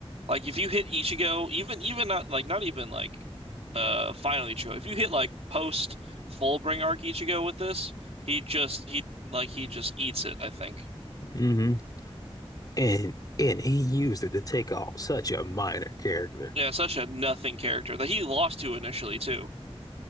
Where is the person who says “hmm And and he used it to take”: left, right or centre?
Left